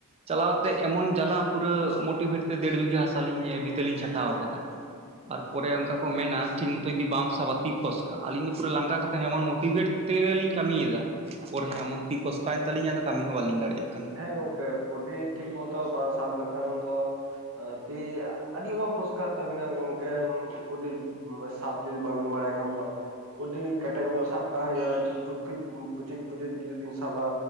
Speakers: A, on the right; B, on the right.
A: ᱪᱟᱞᱟᱣ ᱠᱟᱛᱮ ᱮᱢᱚᱱ ᱡᱟᱞᱟ ᱯᱩᱨᱟᱹ ᱢᱳᱴᱤᱵᱷᱮᱴ ᱛᱮ ᱰᱮᱲ ᱵᱤᱜᱷᱟᱹ ᱦᱟᱥᱟ ᱞᱤᱧ ᱵᱷᱤᱛᱟᱹ ᱞᱤᱧ ᱪᱷᱟᱴᱟᱣ ᱟᱠᱟᱫᱟ᱾ ᱟᱨ ᱯᱚᱨᱮ ᱚᱱᱠᱟ ᱠᱚ ᱢᱮᱱᱟ ᱴᱷᱤᱠ ᱢᱚᱛᱚᱭ ᱜᱤ ᱵᱟᱢ ᱥᱟᱵᱟ ᱛᱤ ᱯᱷᱚᱥᱠᱟᱜᱼᱟ᱾ ᱟᱹᱞᱤᱧ ᱫᱚ ᱯᱩᱨᱟᱹ ᱞᱟᱸᱜᱟ ᱠᱟᱛᱮ ᱦᱮᱢᱚᱱ ᱢᱚᱴ ᱢᱳᱴᱤᱵᱷᱮᱴ ᱛᱮᱜᱮᱞᱤᱧ ᱠᱟᱹᱢᱤᱭᱮᱫᱟ᱾ ᱯᱚᱨᱦᱮ ᱮᱢᱚᱱ ᱛᱤ ᱯᱷᱚᱥᱠᱟᱭᱮᱱ ᱛᱟᱞᱤᱧᱟ ᱟᱫᱚ ᱠᱟᱹᱢᱤ ᱦᱚᱸ ᱵᱟᱞᱤᱧ ᱫᱟᱲᱮᱭᱟᱜ ᱠᱟᱱᱟ᱾
B: ᱦᱮᱸ ᱜᱚᱝᱠᱮ ᱠᱩᱰᱤ ᱴᱷᱤᱠ ᱦᱚᱸᱛᱚ ᱵᱟᱝ ᱥᱟᱵ ᱞᱮᱠᱷᱟᱱ ᱫᱚ᱾ ᱛᱤ ᱟᱹᱰᱤ ᱞᱚᱜᱚᱱ ᱯᱷᱚᱥᱠᱟᱜ ᱛᱟᱵᱤᱱᱟ ᱜᱚᱝᱠᱮ᱾ ᱠᱩᱰᱤ ᱢ ᱥᱟᱯ ᱡᱩᱫᱤ ᱵᱟᱹᱵᱤᱱ ᱵᱟᱲᱟᱭ ᱠᱷᱟᱱ ᱫᱚ ᱾ ᱠᱩᱰᱤ ᱠᱮᱴᱮᱡ ᱧᱚᱜ ᱥᱟᱵ ᱠᱟᱜ ᱦᱩᱭᱩᱜᱼᱟ᱾ ᱯᱩᱪᱠᱩᱡ ᱯᱩᱪᱩᱡ ᱯᱩᱪᱩᱡ ᱡᱩᱫᱤ ᱵᱤᱱ ᱥᱟᱵᱟ